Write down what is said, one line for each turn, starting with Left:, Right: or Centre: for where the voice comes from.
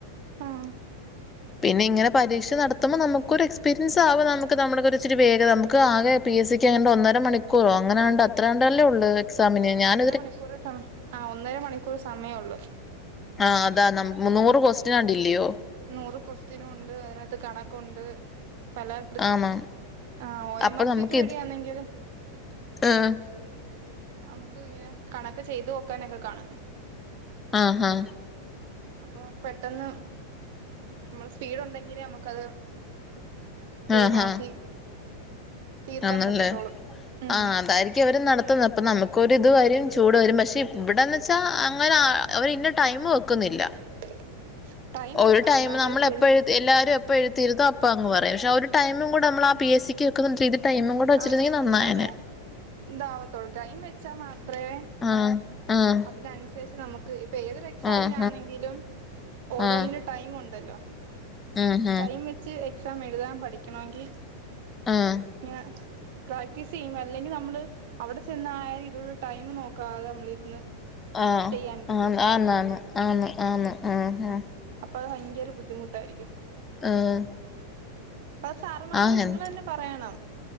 Right: ഉം
Left: പിന്നെ ഇങ്ങനെ പരീക്ഷ നടത്തുമ്പോ നമുക്കൊരു എക്സ്പീരിയൻസാവും നമുക്ക് നമ്മുടെ ഒരിച്ചിരി വേഗത നമുക്ക് ആകെ എസ് സിക്ക് അങ്ങന ഒന്നര മണിക്കൂറോ അങ്ങനെയാണ്ട് അത്രാണ്ടല്ലേ ഉള്ളൂ എക്സാമിന് ഞാൻ
Right: അരമണിക്കൂറേ സമയ ആ ഒന്നര മണിക്കൂർ സമയമുള്ളൂ.
Left: ആഹ് അതാ ന നൂറ് ക്വസ്റ്റൃനങ്ങാണ്ടില്ലയോ?
Right: നൂറ് ക്വസ്റ്റിനും ഉണ്ട്. അതിനകത്ത് കണക്കുണ്ട്, പല
Left: ആണോ
Right: ആഹ് ഒ എം
Left: അപ്പൊ
Right: ആർഷീറ്റ്
Left: നമുക്ക്
Right: വഴിയാന്നെങ്കിൽ
Left: ഇത് ആഹ്
Right: നമുക്ക് ഇങ്ങനെ കണക്ക് ചെയ്തു നോക്കാനൊക്കെ കാണും.
Left: ആഹ് ആഹ്
Right: അപ്പൊ നമുക്ക് പെട്ടെന്ന് നമ്മള് സ്പീഡ് ഉണ്ടെങ്കിലേ നമുക്കത് ചെയ്ത്
Left: ആഹ്
Right: നോക്കി
Left: ആഹ്
Right: തീർക്കാൻ
Left: ആന്നല്ലേ
Right: പറ്റത്തോളൂ ഉം
Left: ആഹ് അതായിരിക്കും അവര് നടത്ത് അപ്പ നമുക്കൊരിത് വരും ചൂട് വരും പക്ഷെ ഇവിടെന്ന് വച്ചാൽ അങ്ങനെ, അവര് ഇന്ന ടൈം വെക്കുന്നില്ല
Right: <inaudible> ടൈം
Left: ഒരു
Right: വെക്കണം
Left: ടൈമ്
Right: എന്നാലേ
Left: നമ്മള്
Right: ശരി
Left: എപ്പഴ എല്ലാരും <unintelligible> പ്പോ അങ്ങ് പറയും പക്ഷെ ഒരു ടൈും കൂടെ നമ്മളാ പി എസ് സിക്ക് വെക്കുന്ന ടൈമും കൂടെ വെച്ചിരുന്നെങ്കിൽ
Right: ആഹ്
Left: നന്നായേനേ.
Right: എന്നാലേ ഇതാവത്തോളൂ ടൈം വെച്ചാ മാത്രമേ
Left: ആഹ് ആഹ്
Right: അതിനനുസരിച്ച് നമുക്ക് ഇപ്പൊ ഏതൊരു എക്സാമിനാന്നെങ്കിലും
Left: ആഹ്
Right: ഓരോന്നിനും
Left: ആഹ് ആഹ്
Right: ടൈം ഉണ്ട്. ണ്ടല്ലോ
Left: ഉം
Right: ടൈം വെച്ച് എക്സാം എഴുതാൻ പഠിക്കണോങ്കി
Left: ഉം ആഹ്
Right: ഞാൻ പ്രാക്ടീസ് ചെയ്യുമ്പോ അല്ലെങ്കിൽ നമ്മള് അവിടെ ചെന്നായാാലും ഇതിനുള്ള ടൈം നോക്കാതെ നമ്മളിരുന്ന്
Left: ആഹ്
Right: ചെയ്യാനിരിക്കും
Left: ആ ആന്ന് ആന്ന് ആന്ന് ആന്ന് ആഹ് ആഹ്
Right: അപ്പൊത് ങ്കര ബുദ്ധിമുട്ടായിരിക്കും.
Left: ആഹ്
Right: പ്പം ആ സാറമ്മാരോട്
Left: ആഹ്
Right: നിങ്ങളന്നെ
Left: എന്ത്
Right: പറയണം.